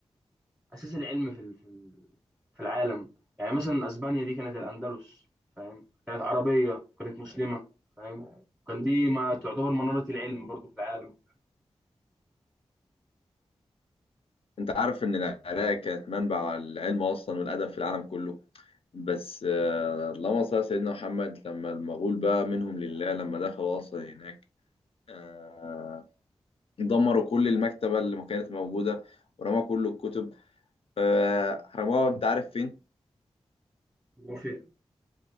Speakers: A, in the centre; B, on the left.
A: اساس العلم في ال- في ال- في العالم يعني مثلا اسبانيا دي كانت الاندلس فاهم كانت عربيه كانت مسلمه فاهم كان دي ما تعتبر مناره العلم برضو في العالم
B: أنت عارف إن العراق كانت منبع العلم أصلا والأدب في العالم كله بس آه، اللهم صل على سيدنا محمد لما المغول بقى منهم لله لما دخلوا أصلا هناك آه، دمروا كل المكتبة اللي ما كانت موجودة ورموا كل الكتب آه، رموها أنت عارف فين؟
A: وفي